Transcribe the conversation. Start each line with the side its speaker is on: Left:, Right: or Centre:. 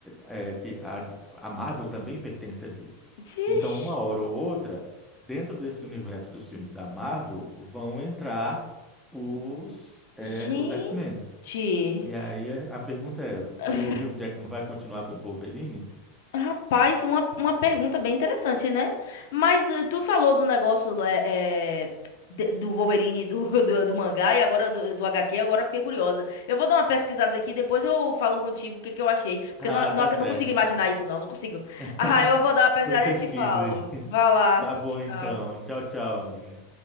Centre: é, que a, a Marvel também pertence à Disney.
Left: Vixe.
Centre: Então, uma hora ou outra, dentro desse universo dos filmes da Marvel, vão entrar os, é,
Left: Gente.
Centre: os X-Men. E aí é, a pergunta é:
Left: <laughs>
Centre: o Hugh Jackman vai continuar como Wolverine?
Left: Rapaz, uma, uma pergunta bem interessante, né? Mas eh, tu falou do negócio é, é, de- do Wolverine do, <laughs> do, do mangá e agora do, do HQ, agora eu fiquei curiosa. Eu vou dar uma pesquisada aqui, depois eu falo contigo o que, que eu achei, porque
Centre: Ah,
Left: não, não,
Centre: tá
Left: ac-
Centre: certo.
Left: não consigo imaginar isso, não, não consigo. <laughs>
Centre: <laughs>
Left: Ah, eu vou dar uma pesquisada
Centre: Pois pesquise.
Left: e te falo. Vá lá,
Centre: Tá bom
Left: tchau.
Centre: então. Tchau, tchau, amiga.